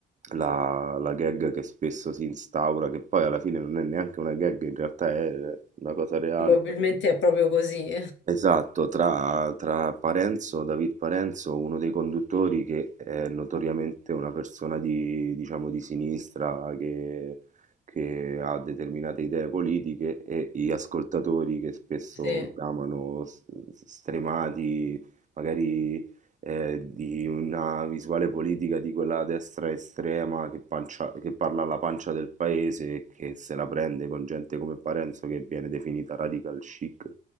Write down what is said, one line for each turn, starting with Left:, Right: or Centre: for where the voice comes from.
Right: la, la gag che spesso si instaura, che poi alla fine non è neanche una gag, in realtà è una cosa reale.
Left: Probabilmente è proprio così.
Right: Esatto, tra, tra Parenzo, David Parenzo, uno dei conduttori che è notoriamente una persona di, diciamo, di sinistra che, che ha determinate idee politiche e gli ascoltatori che spesso
Left: <laughs>
Right: chiamano s- s- stremati, magari eh, di una visuale politica di quella destra estrema che, pancia- che parla alla pancia del paese e che se la prende con gente come Parenzo che viene definita radical chic